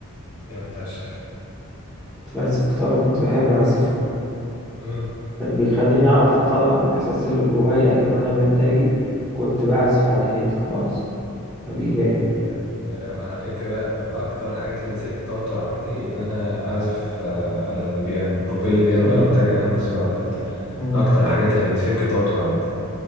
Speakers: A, on the left; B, in the centre.
A: جامد فشخ
B: كنت بعزف جيتار وكنت بحب اعزفه
A: امم
B: كان بيخليني اعرف اطلع الاحساس اللي جوايا لو انا متضايق كنت بعزف على الهادي خالص فبيبان
A: يعني يعني لو- على فكرة من أكتر الحاجات اللي بتشكل التوتر عندي إن أنا أعزف آه، على البيانو تطبيق البيانو
B: امم
A: اللي أنا قلت لك إن أنا منزله على اللاب ده
B: امم
A: أكتر الحاجات اللي بتفك التوتر عندي